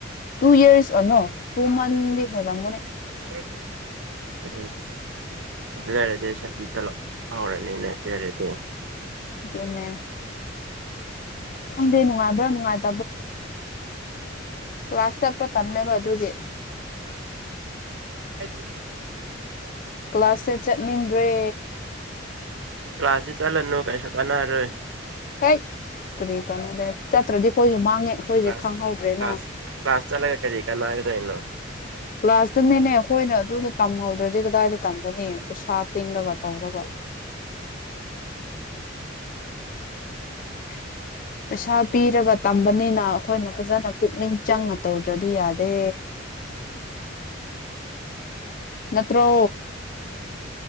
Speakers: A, on the left; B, on the right.
A: ꯇꯨ ꯌꯔꯁ ꯑꯅꯣ ꯇꯨꯃꯟ ꯍꯂ ꯃꯅꯦ
B: ꯎꯝ ꯑꯗꯨ ꯂꯩꯔꯗꯤ ꯁꯃꯤꯠꯇ ꯂ ꯐꯥꯎꯔꯅꯤꯅꯦ ꯑꯗꯨ ꯂꯩꯔꯗꯤ
A: ꯑꯗꯨꯅꯦ ꯈꯪꯗꯦ ꯅꯨꯡꯉꯥꯏꯕ꯭ꯔꯥ ꯅꯨꯡꯉꯥꯏꯇ ꯭ꯔꯥ ꯋꯥꯁꯞ ꯄ ꯇꯟꯅꯦꯕ ꯑꯗꯨꯦ
B: ꯑꯗꯨ
A: ꯀ꯭ꯂꯥꯁꯁꯦ ꯆꯠꯅꯤꯡꯟꯅ꯭ꯔꯦ
B: ꯀ ꯀ꯭ꯂꯥꯁꯁꯤ ꯆꯥꯂ ꯅ ꯀꯥꯏ ꯁꯀ ꯅꯔꯣꯏ
A: ꯍꯦꯛ ꯀꯔꯤ ꯀꯅꯣꯅꯦ ꯆꯠꯇ꯭ꯔꯗꯤ ꯑꯩꯈꯣꯏꯁꯨ ꯃꯥꯡꯉꯦ ꯑꯩꯈꯣꯏꯁꯦ
B: ꯀ꯭ꯂꯥꯁ
A: ꯈꯪꯍꯧꯗ꯭ꯔꯦꯅ
B: ꯀ꯭ꯂꯥꯁ ꯀ꯭ꯂꯥꯁ ꯆꯠꯂꯒ ꯀꯔꯤ ꯀꯥꯟꯅꯒꯗꯣꯏꯅꯣ
A: ꯀ꯭ꯂꯥꯁꯇ ꯅꯦꯅꯦ ꯑꯩꯈꯣꯏꯅ ꯑꯗꯨꯅ ꯇꯝꯍꯧꯗ꯭ꯔꯗꯤ ꯀꯗꯥꯏꯗ ꯇꯝꯒꯅꯤ ꯄꯩꯁꯥ ꯇꯤꯡꯔꯒ ꯇꯧꯔꯒ <inaudible> ꯄꯩꯁꯥ ꯄꯤꯔꯒ ꯇꯝꯕꯅꯤꯅ ꯑꯩꯈꯣꯏꯅ ꯐꯖꯅ ꯄꯨꯛꯅꯤꯡ ꯆꯪꯅ ꯇꯧꯗ꯭ꯔꯗꯤ ꯌꯥꯗꯦ ꯅ ꯇ꯭ꯔꯣ